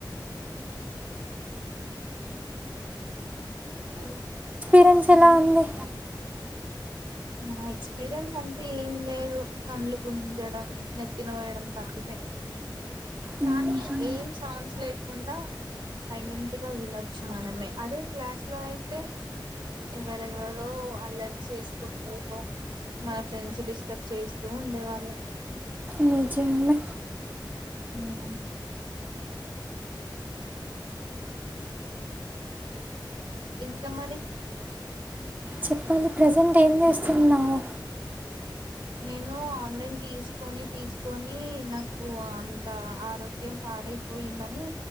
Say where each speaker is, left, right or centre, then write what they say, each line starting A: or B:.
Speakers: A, on the right (about 65°); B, on the right (about 20°).
A: <unintelligible>
B: పిరెన్స్ ఎలా ఉంది.
A: నా ఎక్స్పీరియన్స్ అంటే ఏం లేదు. కళ్లు గుంజడం, నెత్తినోయడం తప్పితే.
B: మ్మ్.
A: కానీ ఏం సౌండ్స్ లేకుండా. సైలెంట్ గా వినొచ్చు. మనమే అదే క్లాస్ లో అయితే ఎవరెవరో అల్లరి చేసుక్ <inaudible> మన ఫ్రెండ్స్ డిస్టర్బ్ చేస్తూ ఉండేవాళ్ళు.
B: నిజమే
A: అవున ఇంకా మరి
B: చెప్పాలి ప్రజెంట్ ఏం చేేస్తున్నావు
A: నేను ఆన్లైన్ తీసుకొని తీసుకొని నాకు అంత ఆరోగ్యం పాడైపోయిందని